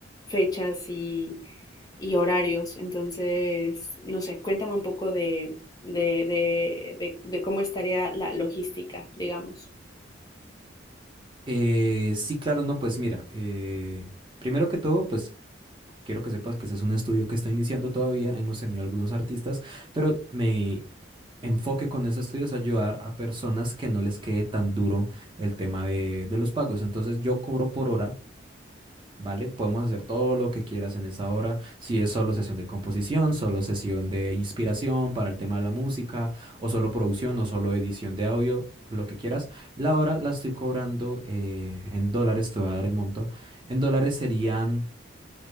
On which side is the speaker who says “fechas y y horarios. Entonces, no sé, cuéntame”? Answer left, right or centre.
Left